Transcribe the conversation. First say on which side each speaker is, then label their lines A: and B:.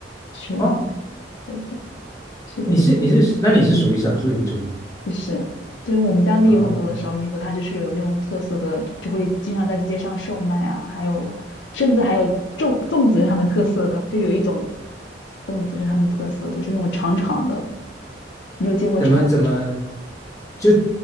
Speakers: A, on the left; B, on the left.
A: 食物。
B: 哦，
A: <laughs> 是的，
B: 你是你是那你是属于少数民族吗？
A: 不是，就是我们当地有很多少数民族，
B: 哦，
A: 它就是有那种特色的，就会经常在街上售卖啊，还有甚至还有粽粽子是他们特色的，就有一种粽子是他们特色的，就那种长长的，你有见过长长？
B: 怎么怎么就